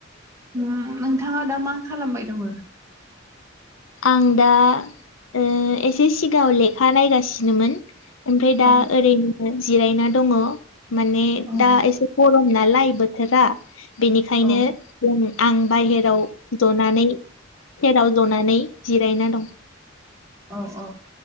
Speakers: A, on the right; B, on the left.
A: उ नोंथाङा दा मा खालामबाय दङ
B: आं दा ओ एसे सिगाङाव लेखा नायगासि सिनोमोन ओमफ्राय दा
A: औ
B: ओरैनो जिरायना दङ माने
A: औ
B: दा एसे गरम ना लाइ बोथोरा बेनिखायनो
A: औ
B: जों आं बाहेराव जनानै सेराव जनानै जिरायना दं
A: औ औ औ